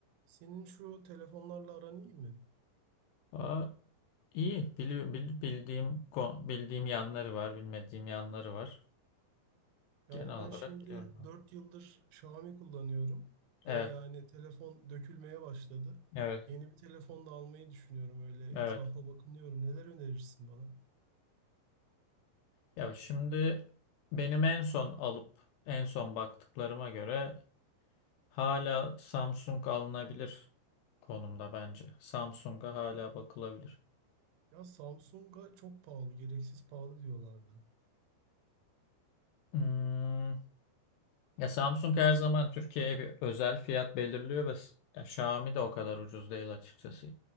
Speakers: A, on the right; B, on the left.
A: Senin şu telefonlarla aran iyi mi?
B: Aa, iyi. Bili- bil- bildiğim ko- bildiğim yanları var, bilmediğim yanları var.
A: Yani
B: Genel
A: ben
B: olarak
A: şimdi
B: biliyorum. abi.
A: 4 yıldır Xiaomi kullanıyorum
B: Evet,
A: ve yani telefon dökülmeye başladı.
B: evet,
A: Yeni bir telefon da almayı düşünüyorum öyle etrafa
B: evet.
A: bakınıyorum. Neler önerirsin bana?
B: Ya şimdi benim en son alıp en son baktıklarıma göre hala Samsung alınabilir konumda bence. Samsung'a hala bakılabilir.
A: Ya Samsung'a çok pahalı, gereksiz pahalı diyorlardı.
B: Hmm, ya Samsung her zaman Türkiye'ye bir özel fiyat belirliyor ve s- ya Xiaomi de o kadar ucuz değil açıkçası.